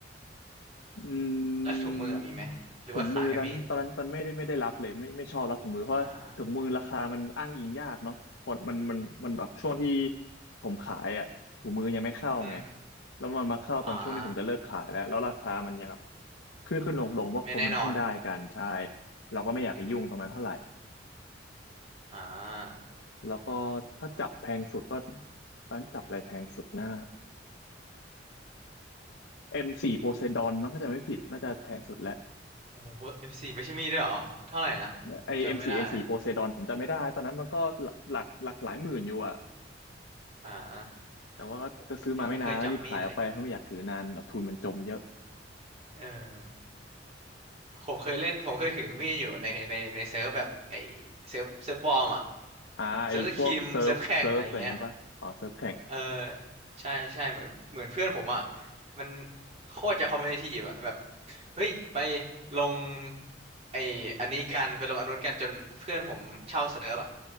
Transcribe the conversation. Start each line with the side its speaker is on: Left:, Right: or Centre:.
Left: อืม
Right: แล้วถุงมืออะมีไหมหรือว่าขายแค่มีด
Left: ถุงมือตอนตอนนั้นตอนไม่ได้ไม่ได้รับเลยไม่ไม่ชอบรับถุงมือเพราะว่าถุงมือราคามันอ้างอิงยากเนาะคนมันมันมันแบบช่วงที่
Right: อ่า
Left: ผมขายอ่ะถุงมือยังไม่เข้าไง
Right: อืม
Left: แล้วมันมาเข้าตอนช่วงที่ผมจะเลิกขายแล้วแล้วราคามันยังแบบ
Right: อ่า
Left: ขึ้นขึ้นลงลงเพราะคนมันเพิ่งได้กันใช่
Right: ไม่แน่นอน
Left: เราก็ไม่อยากไปยุ่งตรงนั้นเท่าไหร่
Right: อือฮึอ่า
Left: แล้วก็ถ้าจับแพงสุดก็ตอนนจับอะไรแพงสุดนะ M4 p o s e ซด o นมันก็จะไม่ผิดน่าจะแพงสุดแล้ว
Right: โอ้โหเอฟซีไม่ใช่มีดด้วยเหรอ เท่าไหร่นะผมจำไม่ได้แล้ว
Left: ไอเอ็มสี่เอสี่โปเซดอนผมจำไม่ได้ตอนนั้นมันก็หลักหลักหลายหมื่นอยู่อะ
Right: อ่า
Left: แต่ว่าก็ซื้อมาไม่นานแล้วรีบขายออกไปเพราะไม่อยากถือนานแบบทุนมันจมเยอะ
Right: โหยังไม่เคยจับมีดเลย เออผมเคยเล่น ผมเคยถือมีดอยู่ในในในเซิร์ฟแบบไอเซิร์ฟเซิร์ฟบอ์มอะ
Left: อ่าไอพวกเซิร์ฟเซิร์ฟอะไรงั้นปะอ๋อเซิร์ฟแข่ง
Right: เซิร์ฟสคิม เซิร์ฟแข่งอะไรเงี้ย เออใช่ใช่เหมือนเหมือนเพื่อนผมอ่ะมันโคตรจะคอมเมดี้อ่ะแบบเฮ้ยไปลงไออันนี้กันไปลงอันนู้นกันจนเพื่อนผมเช่าเซิร์ฟอ่ะ